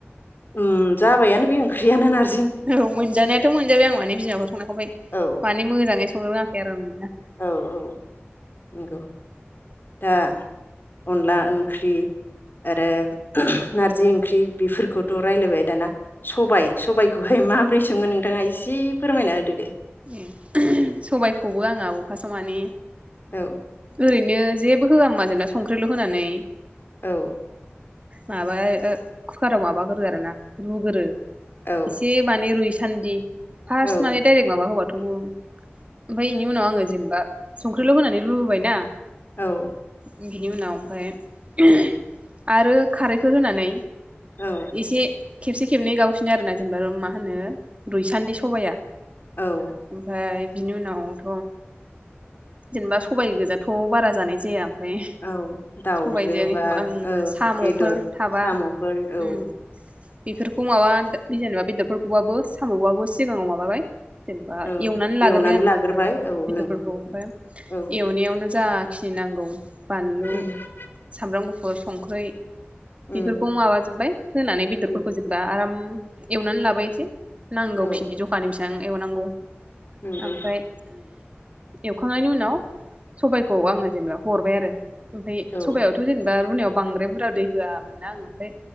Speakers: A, on the left; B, on the right.
A: उम जाबायानो बे ओंख्रियानो नार
B: औ मोनजानायाथ मोनजाबाय आं माने, बिमाखौ संनायखौ ओमफाय
A: औ
B: मानि मोजाङै संनो रोंङाखैआर आं।
A: औ औ। नंगौ। दा अनला ओंख्रि आरो नारजि ओंख्रि बेफोरखौथ' रायलायबाय दाना सबाय सबाय खौहाय माब्रै संङो नोंथाङा एसे फोरमायना होदो दे।
B: ए सबायखौबो आं आब फासाव माने
A: औ।
B: ओरैनो जेबो होआ मा जेनेबा संख्रिल होनानै
A: औ।
B: माबाय कुकाराव माबागोरो आरोना रुगोरो
A: औ
B: एसे बानि रुइस सान्दि फार्सट
A: औ
B: माने दायरेखत थ' ओमफाय इनि उनाव आङो जेनेबा संख्रिल' होनानै रुबोबायना
A: औ।
B: बिनि उनाव ओमफखय आरो खारैखो होनानै
A: औ
B: इसे खेबसे खेबनै गावसनि आरोना जेनेबा मा होनो रुइसान्दि सबाया
A: औ
B: ओमफाय बिनि उनावथ' जेनेबा सबायाइ गोजाथ' बारा जानाय जाया। ओमफ्राय
A: औ दाउजोंबा
B: सबाइजों एखमबा ओं
A: औ
B: साम'फोर
A: बेदर
B: थाबा
A: साम'फोर औ
B: उम बेफोरखौ माबा जेनेबा बेदरफोरखौबाबो सामबाबो सिगाङाव माबाबाय जेनेबा
A: औ
B: एवनानै लाग्रबाय आं मोजांयै
A: लाग्रोबाय औ
B: बेदरफोरखौ
A: नंगौ
B: ओमफाय
A: औ
B: एवनायावनो जाखिनि नांगौ बानलु
A: उम
B: सामब्राम गुफ बेयाव संख्रै
A: उम
B: बेफोरखौ माबाजोबबाय होनानै बेदरफोरखौ
A: उम
B: जेनबा आराम एवनानै लाबायसै नांगौखिनि
A: औ
B: ज'खानि बेसेबां एवनांगौ
A: नंगौ
B: ओमफ्राय एवखांनायनि उनाव सबाइखौ
A: उम
B: आंङो जेनेबा हरबाय आरो ओमफाय
A: औ
B: सबायावथ' जेनेबा रुनायाव बांद्राय बुरजा दै होआमोनना आं ओमफाय